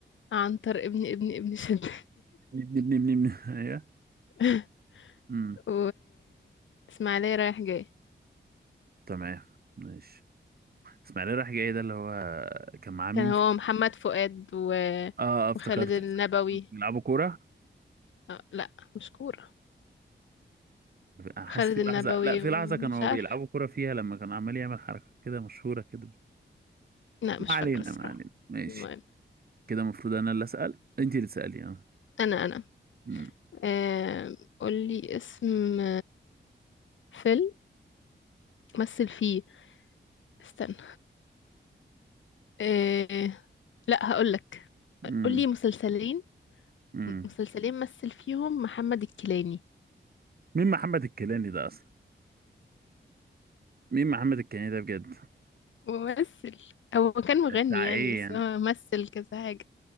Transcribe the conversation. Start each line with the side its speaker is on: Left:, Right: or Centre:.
Left: عنتر ابن ابن ابن شداد
Right: ابني ابني ابني ابني <laughs> ايوه
Left: <laughs>
Right: مم،
Left: و إسماعيلية رايح جاي
Right: تمام ماشي اسماعيل رايح جاي ده اللي هو كان معاه مين
Left: كان
Right: فيه
Left: هو محمد فؤاد و...
Right: اه آه، افتكرت
Left: وخالد النبوي
Right: <laughs> بيلعبوا كورة
Left: آه، لا مش كورة
Right: حاسس
Left: خالد
Right: في
Left: النبوي
Right: لحظة لا في
Left: ومش
Right: لحظة كانوا
Left: عارف
Right: بيلعبوا كرة فيها لما كان عمال يعمل حركة كده مشهورة كده
Left: لا
Right: ما
Left: مش
Right: علينا
Left: فاكرة الصراحة
Right: ما علينا ماشي
Left: المهم
Right: كده المفروض أنا اللي أسأل أنت اللي تسألي أه
Left: أنا أنا
Right: مم.
Left: آه، قولي اسم فيلم مثل فيه استنى آه، لا هقولك
Right: مم.
Left: قولي مسلسلين
Right: مم.
Left: مسلسلين مثل فيهم محمد الكيلاني
Right: مين محمد الكيلاني ده أصلا؟ مين محمد الكيلاني ده بجد؟
Left: ممثل هو كان مغني
Right: ده بتاع
Left: يعني
Right: إيه
Left: بس
Right: يعني؟
Left: هو مثل كذا حاجة